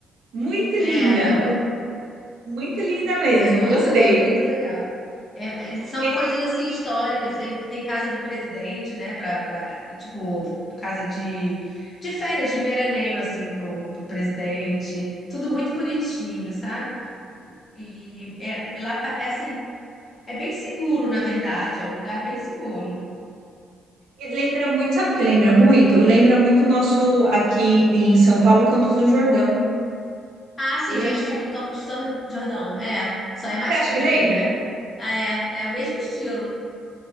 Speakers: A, on the right; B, on the left.
A: Muito linda,
B: É, não,
A: mu- muito linda mesmo.
B: É muito,
A: Gostei.
B: é muito legal. É, é, e são
A: É,
B: coisas assim históricas. Tem, tem casa do presidente, né? Pra, pra, tipo, casa de, de férias, de veraneio, assim, pro, pro presidente. Tudo muito bonitinho, sabe? E é, lá, pa- é assim, é bem seguro, na verdade. É um lugar bem seguro.
A: e lembra muito, sabe o que lembra muito? Lembra muito o nosso aqui em São Paulo, Campos do Jordão.
B: Ah, sim,
A: Lembra?
B: já estive em Campos do Sor- Jordão. É, só é mais
A: Você acha
B: frio
A: que lembra?
B: aí, né? Ah, é. É o mesmo estilo.